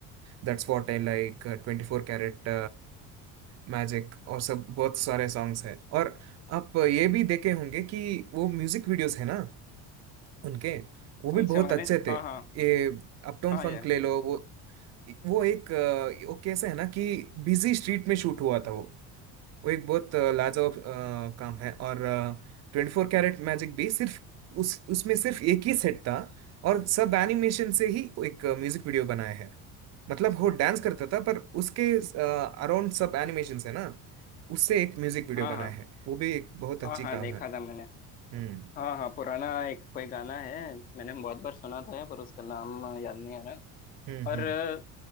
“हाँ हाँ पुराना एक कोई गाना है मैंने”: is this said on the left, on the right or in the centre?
Left